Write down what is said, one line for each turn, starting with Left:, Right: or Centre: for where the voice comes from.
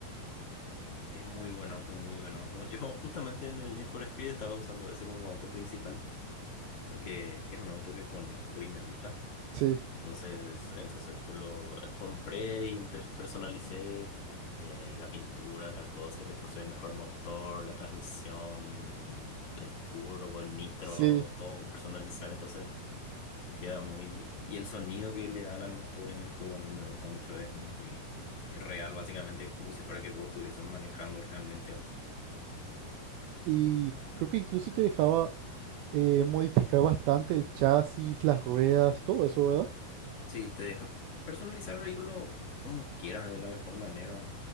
Left: es muy buen auto, muy buen auto. Yo justamente en el Need for Speed estaba usando ese como auto principal, porque es un auto que conozco y me gusta.
Right: Sí,
Left: Entonces, entonces pues, lo compré y empe- personalicé eh, la pintura, tal cosa, y le puse el mejor motor, la transmisión, el turbo, el nitro,
Right: sí.
Left: todo personalizar. Entonces queda muy... Y el sonido que le dan al motor en el juego a mí me gusta mucho, es muy es real, básicamente, como si fuera que vos estuvieses manejando realmente.
Right: Y creo que incluso te dejaba eh, modificar bastante el chasis, las ruedas, todo eso, ¿verdad?
Left: Sí, te deja personalizar el vehículo como quieras, de la mejor manera.